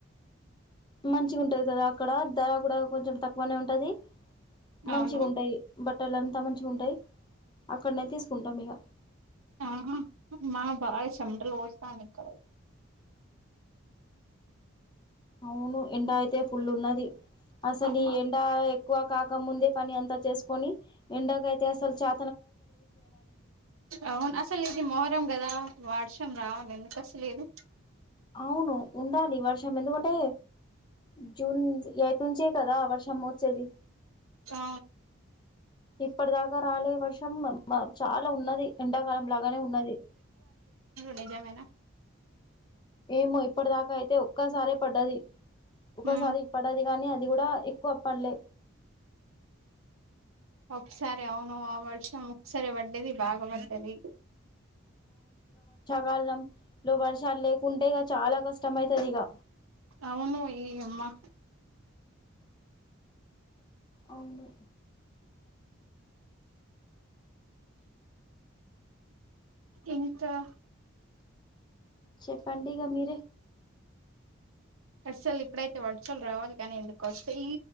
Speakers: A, on the left (about 20°); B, on the right (about 80°).
A: మంచిగా ఉంటది కదా అక్కడ ధర కూడా కొంచెం తక్కువనే ఉంటది మంచిగుంటాయి
B: అవును
A: బట్టలు అంతా మంచిగుంటాయి అక్కడనే తీసుకుంటాం ఇగ
B: ఆహా మా బాగా చెమటలు పోస్తానయ్ ఇక్కడైతే
A: అవును ఎండ అయితే ఫుల్ ఉన్నది అసలు
B: అమ్మా
A: ఈ ఎండాయ్ క్కువ కాక ముందే పని అంతా చేసుకొని ఎండకు అయితే అసలు చా
B: అవును అసలు ఇది మొహరం గదా వర్షం రావాలి ఎందుకొస్త లేదు
A: అవును ఉండాలి వర్షం ఎందుకంటే జూన్ ఎయిట్ నుంచే కదా వర్షమోచేదీ
B: ఆ
A: ఇప్పటి దాకా రాలే వర్షం చాలా ఉన్నది ఎండాకాలం లాగానే ఉన్నది
B: నేజామేనా
A: ఏమో ఇప్పటి దాకా అయితే ఒక్కసారే పడ్డది ఒక్కసారి
B: ఉమ్
A: పడ్డది కానీ అది అది కూడా ఎక్కువ పల్లే
B: ఒకసారి అవును ఆ వర్షం ఒకసారేవడ్డది బాగవడ్డది
A: కాలంలో వర్షాలు లేకుంటే ఇక చాలా కష్టం అయితది ఇగా
B: అవును ఏయ్య అమ్మా
A: అవును
B: ఇంకా
A: చెప్పండి ఇగా మీరే
B: అస్సలు ఇప్పుడైతే వర్షాలు రావాలి కానీ ఎందుకు వస్తే ఈ